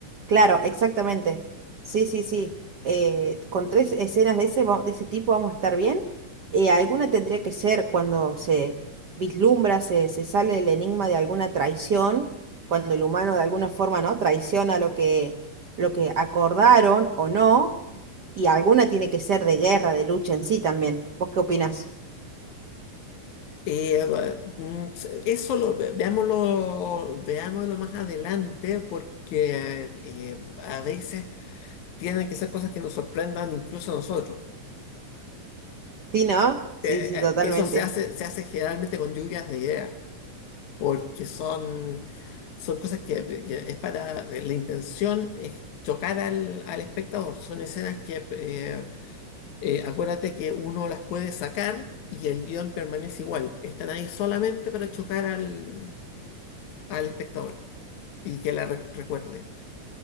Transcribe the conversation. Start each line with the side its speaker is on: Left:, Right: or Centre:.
Right: claro, exactamente. Sí, sí, sí. Eh, con tres escenas de ese, va- de ese tipo vamos a estar bien. Eh, alguna tendría que ser cuando se vislumbra, se, se sale el enigma de alguna traición, cuando el humano de alguna forma, ¿no? Traiciona lo que, lo que acordaron o no, y alguna tiene que ser de guerra, de lucha en sí también. ¿Vos qué opinás?
Left: Eh, va- mm, se- eso lo ve- veámoslo, veámoslo más adelante porque eh, a veces tienen que ser cosas que nos sorprendan incluso a nosotros.
Right: Sí, ¿no? Sí,
Left: Eh,
Right: sí,
Left: eh,
Right: totalmente.
Left: eso se hace, se hace generalmente con lluvias de ideas. porque son, son cosas que, que es para, la intención es chocar al, al espectador, son escenas que, eh, eh, acuérdate que uno las puede sacar y el guión permanece igual, están ahí solamente para chocar al, al espectador y que la re- recuerde